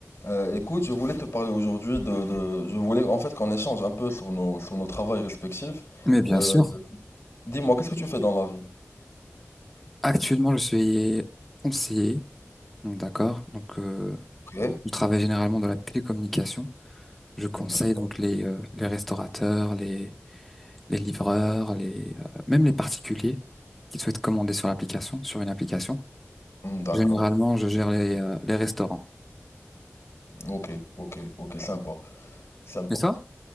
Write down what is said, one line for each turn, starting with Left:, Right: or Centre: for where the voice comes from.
Left: Euh, écoute, je voulais te parler aujourd'hui de, de- Je voulais en fait qu'on échange un peu sur nos, sur nos travails respectifs.
Centre: Mais bien
Left: Euh,
Centre: sûr,
Left: dis-moi, qu'est-ce que tu fais dans la vie?
Centre: actuellement, je suis conseiller, donc d'accord. Donc, euh,
Left: Ok.
Centre: je travaille généralement dans la télécommunication. Je conseille
Left: D'accord.
Centre: donc les, euh, les restaurateurs, les, les livreurs, les, euh, même les particuliers qui souhaitent commander sur l'application, sur une application.
Left: Hmm, D'accord.
Centre: Généralement, je gère les, euh, les restaurants.
Left: Ok, ok, ok, sympa, sympa.
Centre: Et toi?